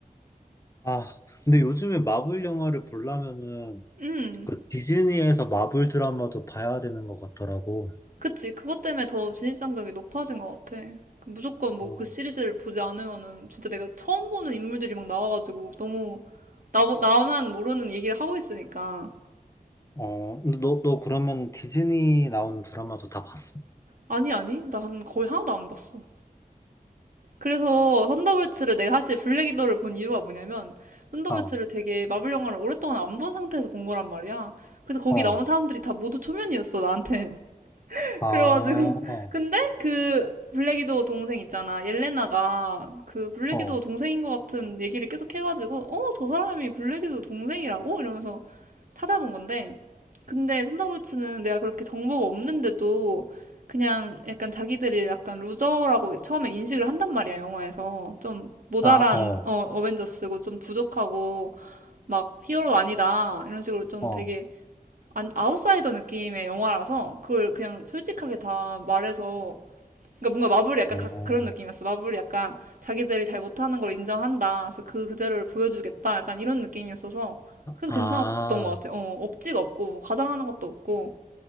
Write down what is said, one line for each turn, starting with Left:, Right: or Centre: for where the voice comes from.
Left: 아 근데 요즘에 마블 영화를 보려면은
Right: 음.
Left: 그 디즈니에서 마블 드라마도 봐야 되는 것 같더라고.
Right: 그치, 그것 때문에 더 진입장벽이 높아진 것 같아. 그 무조건 뭐
Left: 어.
Right: 그 시리즈를 보지 않으면은 진짜 내가 처음 보는 인물들이 막 나와가지고 너무 나, 나만 모르는 얘기를 하고 있으니까.
Left: 어, 근데 너, 너 그러면 디즈니 나온 드라마도 다 봤어?
Right: 아니, 아니. 나 한 거의 하나도 안 봤어. 그래서 썬더볼츠를 내가 사실 블랙 위도를 본 이유가 뭐냐면 썬더볼츠를
Left: 어,
Right: 되게 마블 영화를 오랫동안 안 본 상태에서 본 거란 말이야. 그래서 거기
Left: 어,
Right: 나온 사람들이 다 모두 초면이었어, 나한텐.
Left: 아,
Right: 그래가지고 <laughs>
Left: 어,
Right: 근데 그 블랙이도 동생 있잖아 옐레나가 그 블랙이도
Left: 어,
Right: 동생인 것 같은 얘기를 계속 해가지고 어 저 사람이 블랙이도 동생이라고 이러면서 찾아본 건데 근데 손더볼츠는 내가 그렇게 정보가 없는데도 그냥 약간 자기들이 약간 루저라고 처음에 인식을 한단 말이야 영화에서 좀 모자란
Left: 아, 어,
Right: 어, 어벤져스고 좀 부족하고 막 히어로 아니다 이런 식으로 좀
Left: 어,
Right: 되게 안, 아웃사이더 느낌의 영화라서 그걸 그냥 솔직하게 다 말해서 그러니까 뭔가 마블이 약간
Left: 어,
Right: 가- 그런 느낌이었어. 마블이 약간 자기들이 잘 못하는 걸 인정한다. 그래서 그 그대로를 보여주겠다. 약간 이런 느낌이었어서 그래서
Left: 아,
Right: 괜찮았던 것 같아. 어, 억지가 없고 뭐 과장하는 것도 없고